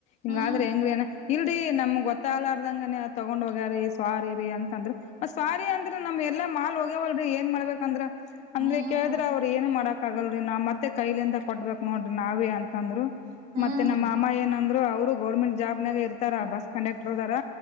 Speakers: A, on the left; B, on the right.
A: ಹಿಂಗಾದ್ರೆ
B: ಹ್ಮ್
A: ಹೆಂಗ್ರೀ. ಇಲ್ರಿ ನಮ್ಗ್ ಗೊತ್ತಾಗಲಾರದಂಗನ ತಗೊಂಡ್ ಹೋಗ್ಯಾರೀ ಸ್ವಾರಿ ರರಿ ಅಂತಂದ್ರ ಮತ್ತ ಸ್ವಾರಿ ಅಂತ. ್ರ ನಮ್ ಎಲ್ಲಾ ಮಾಲ್ ಹೋಗ್ಯವಲ್ರಿ ಏನ್ ಮಾಡಬೇಕ ಅಂದ್ರ ಅಂದ್ರೆ
B: ಹ್ಮ್
A: ಕೇಳಿದ್ರ ಅವ್ರರು ಏನ್ ಮಾಡಕ್. ಆಗಲ್ರಿ ನಾ್ ಮತ್ತೆ ಕೈಲಿಂದ ಕೊಟ್ಬೇಕೇಕ್ ನೋಡ್ರಿ ನಾವೇ ಅಂತಂದ್ರು
B: ಹ್ಮ್
A: ಮತ್ತೆ ನಮ್ಮ ಅಮ್ಮ ಏನಂದ್ರು. ಅವ್ರು ಗೌರ್ಮೆಂಟ್ ಜಾಬ್ನಾಗ ಇರ್ತಾರ ಬಸ್ ಕಂಡಕ್ಟರ್ದಾರ.